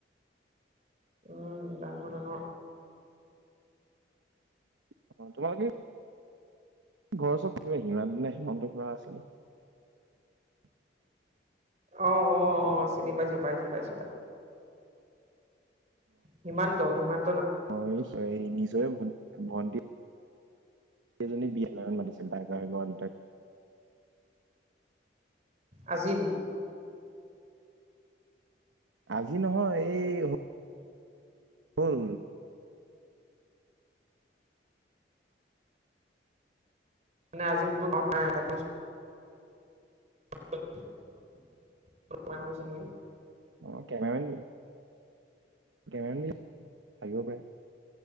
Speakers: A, on the right; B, on the right.
A: উম ডাঙ ডঙ
B: অ তোমালোকে ঘৰৰ চব পিবা সিমান দিনে হেমন্ত কিবা আছিলে <inaudible>
A: আহ অ অ চিনি পাইছো পাইছো পাইছো তাইক সিমান্ত সিমান
B: অ নিশ্চয় নিজৰে ভণ্ ভণ্টি সেইজনী বিয়াদিনাখন মাতিছিল বাই ৱৰ্লড এটেক
A: আজি নেকি?
B: আজি নহয় এই হ'ল
A: মে আজি <unintelligible> ঘৰত নাই <unintelligible> গৈছে নেকি?
B: অ কেমেৰা মেন তেৰণি আহিব পাৰে।